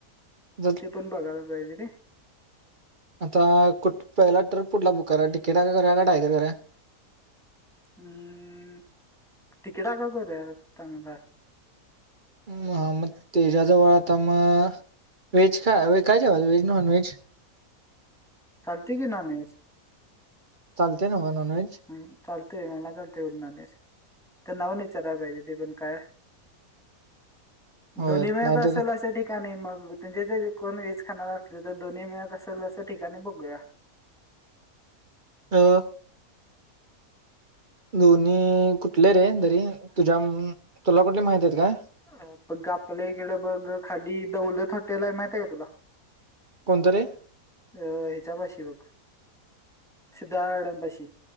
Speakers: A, on the right (about 35°); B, in the centre.
A: जर
B: ते पण बघायला पाहिजे रे
A: आता कुठ पहिला ट्रिप कुठला बुक करा टिकिट आहे का करा काडायगर करुया.
B: हम्म तिकडा का करूया चांगलाय
A: हम म त्याज्या जवळ आता मग वेज काय जेवयेच वेज नॉनव्हेज
B: चालतय की नॉनव्हेज
A: चालतेय नव नॉनव्हेज
B: हम् चालतय मला चालतय नॉनव्हेज तर नाव निचारयला पाहिजे ते पण काय
A: होय
B: दोन्ही मिळत
A: नाहीतर
B: असेल अशा ठिकाणी ठिकाणी मग म्हे जे कोण वेज खाणार असल तर दोन्ही मिळत तसं त ठिकाणी बघूया
A: ह दोन्ही कुठले रे तरी तुझ्या तुला कुठले माहित आहेत का?
B: अ बग आपल्या इकडं बघ खाली दौलत हॉटेल आहे माहित्या आहे का तुला?
A: कोणत रे?
B: अ हेज्या पाशी बघ सिद्धा अडणपाशी.